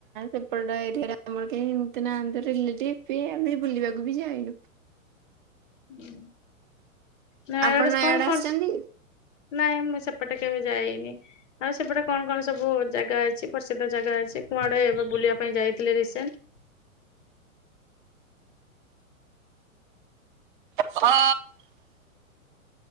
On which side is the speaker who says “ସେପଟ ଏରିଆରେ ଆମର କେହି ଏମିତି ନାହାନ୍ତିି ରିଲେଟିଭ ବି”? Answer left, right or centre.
Right